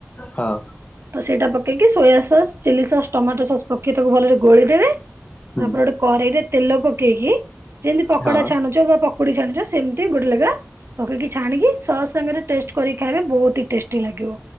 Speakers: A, on the left (about 30°); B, on the right (about 55°).
A: ହଁ।
B: ତ ସେଇଟା ପକେଇକି soya sauce, chilli sauce, tomato sauce ପକେଇ ତାକୁ ଭଲରେ ଗୋଳିଦେବେ।
A: ହୁଁ
B: ତାପରେ ଗୋଟେ କରେଇରେ ତେଲ ପକେଇକି ଯେମିତି ପକୋଡା
A: ହଁ।
B: ଛାଣୁଚ ବା ପକୁଡି ଛାଣୁଚ। ସେମିତି ଗୋଟେ ଲେଖା ପକେଇକି ଛାଣିକି ସସ ସାଙ୍ଗରେ ଟେଷ୍ଟ କରିକି ଖାଇବେ ବହୁତି ଟେଷ୍ଟୀ ଲାଗିବ,